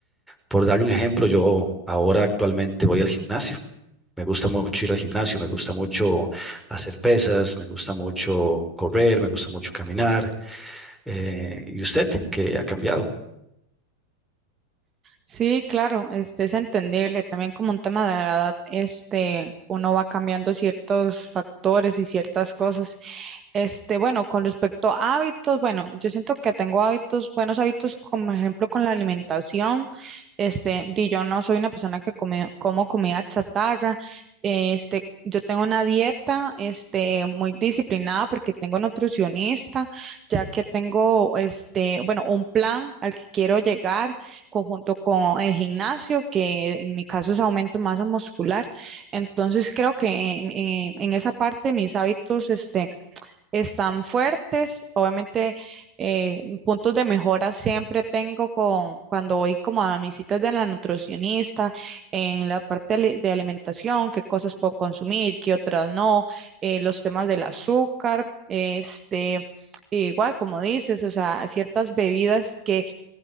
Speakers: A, in the centre; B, on the right.
A: Por darle un ejemplo, yo ahora actualmente voy al gimnasio. Me gusta mucho ir al gimnasio, me gusta mucho hacer pesas, me gusta mucho correr, me gusta mucho caminar. Eh, ¿y usted qué ha cambiado?
B: Sí, claro, este es entendible. También como un tema de la edad, este, uno va cambiando ciertos factores y ciertas cosas. Este, bueno, con respecto a hábitos, bueno, yo siento que tengo hábitos, buenos hábitos, como ejemplo con la alimentación. Este, di yo no soy una persona que come, como comida chatarra. Este, yo tengo una dieta, este, muy disciplinada porque tengo nutricionista, ya que tengo, este, bueno, un plan al que quiero llegar conjunto con el gimnasio, que en mi caso es aumento de masa muscular. Entonces creo que en, en en esa parte mis hábitos, este, están fuertes. Obviamente, eh, puntos de mejora siempre tengo con cuando voy como a mis citas de la nutricionista, en la parte ali- de alimentación, qué cosas puedo consumir, qué otras no, eh, los temas del azúcar, este, igual como dices, o sea, ciertas bebidas que